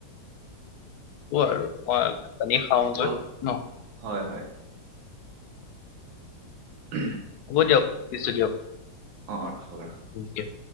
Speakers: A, on the left; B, on the right.
A: উঠোঁ আৰু মই ভাত পানী খাওঁগৈ,
B: কঁঠাল
A: ন?
B: হয় হয় উম
A: হ'ব দিয়ক, দিছো দিয়ক।
B: অ ৰাখক ৰাখক
A: দিয়ক